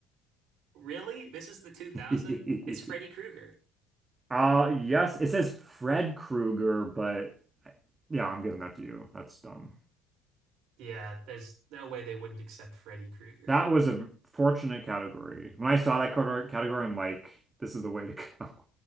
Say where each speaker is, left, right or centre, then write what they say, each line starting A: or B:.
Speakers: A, on the right; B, on the right.
A: Really? This is the 2000?
B: <laughs>
A: It's Freddy Krueger.
B: Uh yes, it says Fred Krueger, but yeah, I'm giving that to you. That's dumb.
A: Yeah, there's no way they wouldn't accept Freddy Krueger.
B: That was a fortunate category. When I saw that cate- category, I'm like, this is the way to go. <laughs>